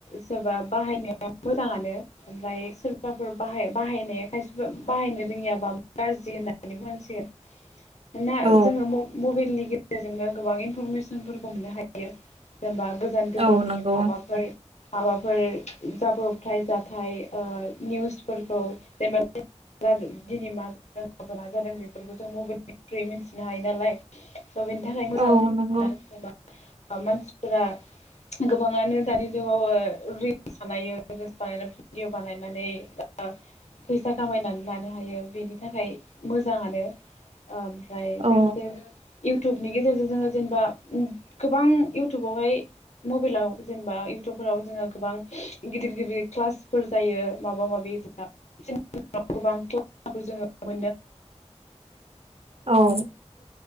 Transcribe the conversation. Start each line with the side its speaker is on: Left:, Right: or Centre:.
Left: सोरबा बाहायनाया मोजाङानो ओमफ्राय सोरबाफोर बाहाय बाहाय बाहायनाया खायसेबा बाहायनो रोङियाबा गाज्रि होननानै बुंसिगोन मानोना
Right: औ
Left: जोंङो मबे मबाइलनि गेजेर गेजेरजोंनो गोबां इनफरमेसनफोरखौ मोननो हायो जेनेबा गोजान गोजाननि
Right: औ नंगौ
Left: माबाफोर माबाफोर जाब्रबथाय जाथाय ओ निउसफोरखौ जेनेबा दिनै मा जादों मा जादों बेफोरखौ जों मबाइल निफ्राय मिथिनो हायो नालाय स' बेनि थाखाय मोजां
Right: औ नंगौ
Left: जेनबा मानसिफोरा गोबाङानो दानि जुगाव ओ रिल्स बानायो रिल्स बानायनानै भिडिअ बानायनानै ओ फैसा खामायनानै लानो हायो बेनि थाखाय मोजाङानो ओमफ्राय लोगोसेनो
Right: औ
Left: इउटुबनि गेजेरजों जोङो जेनेबा गोबां इउटुबावहाय मबाइलाव जेनेबा इउटुबफोराव जोङो गोबां गिदिर गिदिर क्लासफोर जायो माबा माबि जोंना <unintelligible>
Right: औ